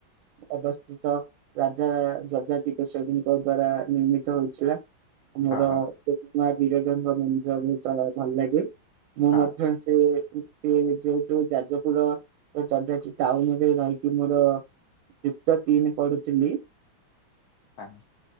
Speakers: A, on the right; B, on the left.
A: ଅବସ୍ଥିତ ରାଜା ଯଜାତିିକେଶରୀଙ୍କ ଦ୍ଵାରା ନିର୍ମିତ ହୋଇଥିଲା। ଆମର
B: ହଁ
A: ମା ବିରଜାଙ୍କ ମନ୍ଦିର ବହୁତ୍ ଭଲ ଲାଗେ। ମୁଁ
B: ହଁ
A: ମଧ୍ୟ ସେ ସେ ଯୋଉଠୁ ଯାଜପୁର ଯଧା ଟାଉନରେ ରହିକି ମୋର ଦିପ୍ତ ତିନି ପଢୁଥିଲି।
B: ଆଂ,